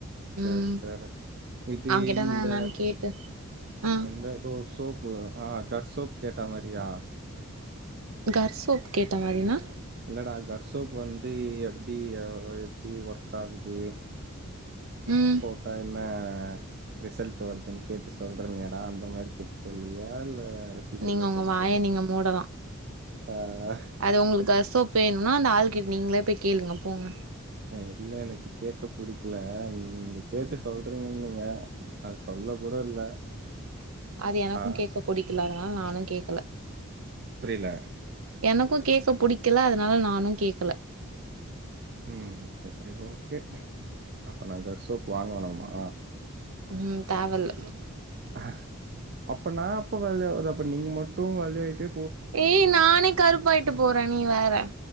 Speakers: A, on the right (about 45°); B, on the right (about 75°).
A: சேரி
B: ம்
A: சேரே இது
B: அவங்கிட்ட
A: இந்த
B: நா என்னன்னு கேட்டு ஆ
A: எந்தகோ ஒரு சோப்பு ஆ கர் சோப் கேட்ட மாரியா
B: கர் சோப் கேட்ட மாரினா
A: இல்லடா கர் சோப் வந்து எப்டி ஆ எப்டி ஒர்க் ஆகுது
B: ம்
A: போட்டா என்ன ரிசல்ட் வருதுன்னு கேட்டு சொல்றேனியேடா அந்த மாதிரி கேட்டு சொல்லிவிய இல்ல சீக்கிரமா
B: நீங்க உங்க
A: சொல்லுவியா
B: வாய நீங்க மூடலா
A: ஆஹ்,
B: அது உங்களுக்கு அசோக் வேணுனா அந்த ஆள் கிட்ட நீங்களே போய் கேளுங்க போங்க
A: அ இல்ல எனக்கு கேக்க புடிக்கல நீங்க கேட்டு சொல்றீங்கன்னு நீங்க அது சொல்ல கூட இல்ல
B: அது எனக்கும்
A: ஆ
B: கேட்க புடிக்கல அதுனால நானு கேட்கல
A: புரில
B: எனக்கும் கேட்க புடிக்கல அதனால நானு கேக்கல
A: ம் சரி ஓகே அப்ப நாங்க சோப் வாங்க வேணாமா
B: ம் தேவ இல்ல
A: ம் அப்ப நா எப்ப வெள்ளையா ஆவுறது அப்ப நீங்க மட்டு வெள்ளையிட்டே
B: ஏய் நானே கருப்பாயிட்டு போற நீ வேற